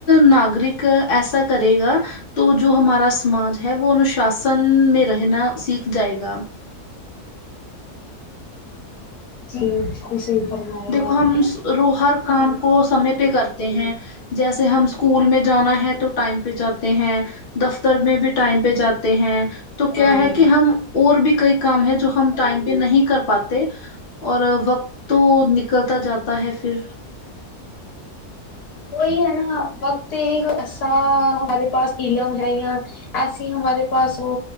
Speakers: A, on the left (about 40°); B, on the left (about 75°).
A: ناگرک ایسا کرے گا تو جو ہمارا سماج ہے وہ انوشاسن میں رہنا سیکھ جائے گا
B: جی صحیح فرمایا
A: دیکھو
B: آپ
A: ہم
B: نے
A: رو ہر کام کو سمے پہ کرتے ہیں جیسے ہم اسکول میں جانا ہے تو ٹائم پہ جاتے ہیں دفتر میں بھی ٹائم پہ جاتے ہیں تو
B: نے
A: کیا ہے کہ ہم اور بھی کئی کام ہے جو ہم ٹائم پہ نہیں کر پاتے اور وقت تو نکلتا جاتا ہے پھر
B: وہی ہے نا وقت ایسا ہمارے پاس پیلیم ہے یا ایسی ہمارے پاس وہ